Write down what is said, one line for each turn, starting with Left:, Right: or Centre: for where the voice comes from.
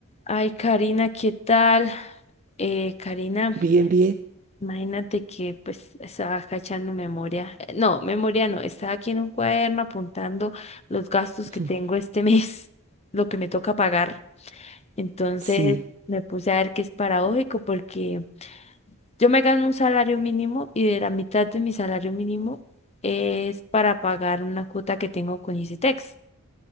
Left: Ay, Karina, ¿qué tal? Eh, Karina,
Right: Bien, bien.
Left: imagínate que pues estaba cachando memoria, eh, no, memoria no, estaba aquí en un cuaderno apuntando los gastos
Right: <laughs>
Left: que tengo este <laughs> mes, lo que me toca pagar. Entonces
Right: Sí,
Left: me puse a ver que es paradójico porque yo me gano un salario mínimo y de la mitad de mi salario mínimo es para pagar una cuota que tengo con Icitex.